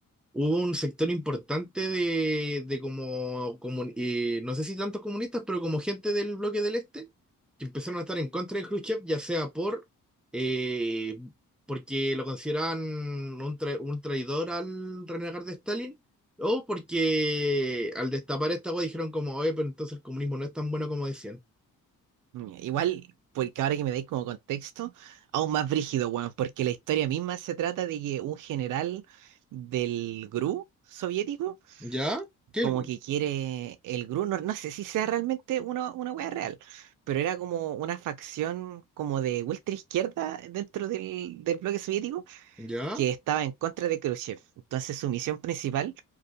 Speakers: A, in the centre; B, on the right.
A: hubo un sector importante de, de como, comun- eh, no sé si tantos comunistas, pero como gente del bloque del Este, que empezaron a estar en contra de Khrushchev, ya sea por, eh, porque lo consideraban un, tra- un traidor al renegar de Stalin, o porque al destapar esta agua dijeron como, oye, pero entonces el comunismo no es tan bueno como decían.
B: Mm, Igual, porque ahora que me dais como contexto, aún más brígido, weón, porque la historia misma se trata de que un general del GRU soviético,
A: ¿Ya? ¿Qué?
B: como que quiere el GRU, no, no sé si sea realmente uno, una wea real, pero era como una facción como de ultra izquierda dentro del, del bloque soviético
A: ¿Ya?
B: que estaba en contra de Khrushchev. Entonces su misión principal